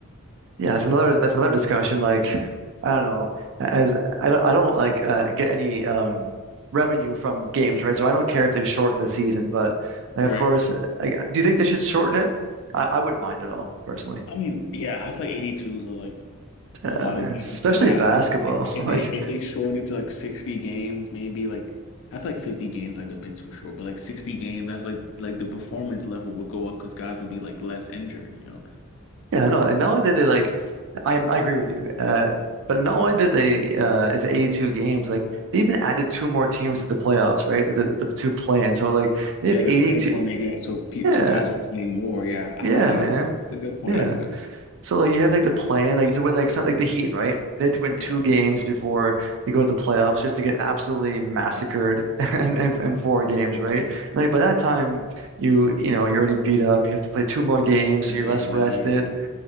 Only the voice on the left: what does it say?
Right.
I mean, yeah, I feel like 82s are like
a lot
of games.
So like I
feel like if,
if
they if they shorten it to like 60 games, maybe like I feel like 50 games like a bit too short, but like 60 games, I feel like like the performance level would go up because guys would be like less injured, you know?
Yeah, they're
playing tournament, yeah. So Pete,
so guys are playing more. Yeah, I
forgot
about it. That's a good point.
That's a good
Yeah,
yeah,
exactly.